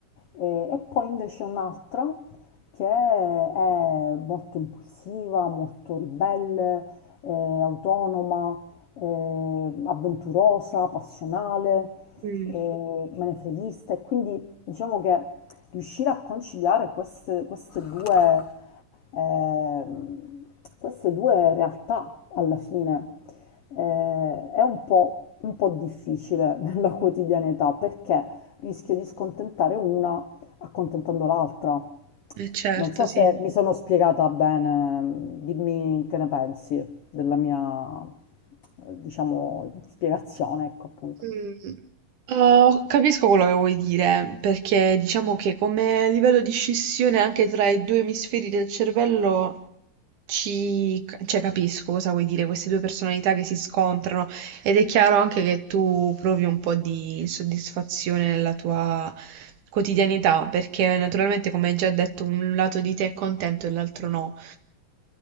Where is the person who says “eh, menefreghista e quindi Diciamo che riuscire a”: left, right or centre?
Left